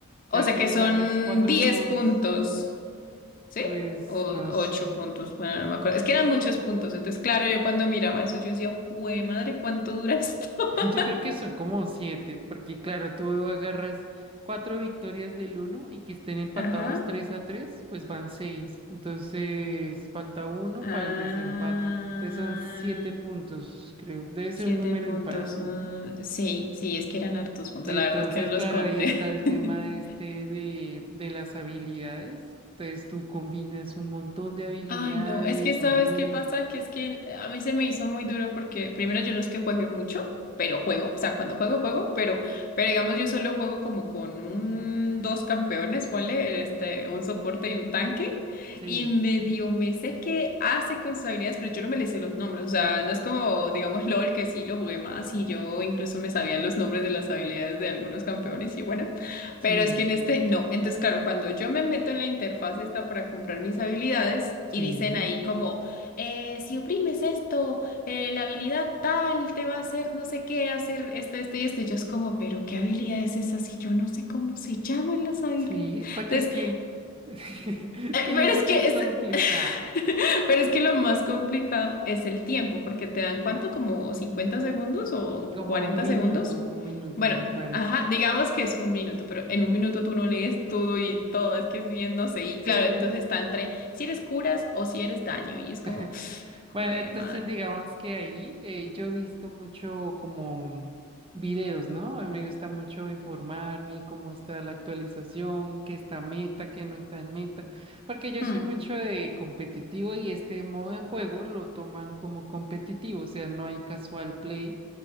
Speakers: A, on the right; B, on the left.
A: O
B: O
A: sea,
B: sea
A: tú
B: que son
A: ganas cuatro
B: 10
A: modos,
B: puntos. ¿Sí?
A: pues,
B: O
A: no sé,
B: ocho puntos, bueno, no me acuerdo. Es que eran muchos puntos. Entonces, claro, yo cuando miraba eso, yo decía, ¡Jue madre, ¿cuánto dura esto?
A: <laughs>
B: <laughs>
A: Yo creo que son como siete, porque claro, tú agarras cuatro victorias del uno y que estén empatados
B: Ajá.
A: tres a tres, pues van seis. Entonces falta uno
B: Ah,
A: para el desempate. Entonces son siete puntos, creo. Debe ser
B: siete
A: un número
B: puntos.
A: impar. Ujú.
B: ah, sí, sí, es que eran hartos puntos.
A: Entonces,
B: La verdad es que no los
A: claro,
B: conté.
A: ahí está el tema
B: <laughs>
A: este de, de las habilidades. Entonces tú combinas un montón de habilidades
B: Ay, no, es que ¿sabes
A: y builds.
B: qué pasa? Que es que eh, a mí se me hizo muy duro porque primero yo no es que juegue mucho, pero juego, o sea, cuando juego, juego, pero, pero digamos yo solo juego como con un, dos campeones, ponle, este, un soporte y un tanque,
A: Sí,
B: y medio me sé qué hace con sus habilidades, pero yo no me le sé los nombres, o sea, no es como, digamos, LOL, que sí lo jugué más y yo incluso me sabía los nombres de las habilidades de algunos campeones y bueno.
A: sí,
B: Pero es que en este no. Entonces, claro, cuando yo me meto en la interfaz esta para comprar mis habilidades
A: sí.
B: y dicen ahí como, eh, si oprimes esto, eh, la habilidad tal te va a hacer no sé qué, hacer esto, esto y esto. Y yo es como, pero ¿qué habilidad es esa si yo no sé cómo se llaman las habilidades?
A: Sí, porque
B: Entonces,
A: es que, <laughs> es
B: eh,
A: que
B: pero
A: yo sé
B: es que
A: que es complicado,
B: es, <laughs> Pero es que lo más complicado es el tiempo, porque te dan cuánto, como 50 segundos o
A: como
B: 40
A: un minuto,
B: segundos.
A: un minuto
B: Bueno,
A: me parece.
B: ajá, digamos que es un minuto, pero en un minuto tú no lees todo y todo, es que es bien, no sé. Y
A: Sí,
B: claro, entonces está entre si eres curas o si eres daño, y es como,
A: <laughs>
B: <sighs>
A: Bueno,
B: jue
A: entonces
B: madre.
A: digamos que ahí eh, yo he visto mucho como videos, ¿no? A mí me gusta mucho informarme cómo está la actualización, qué está meta, qué no está en meta, porque yo
B: Mm,
A: soy mucho de competitivo y este modo de juego lo toman como competitivo, o sea, no hay casual play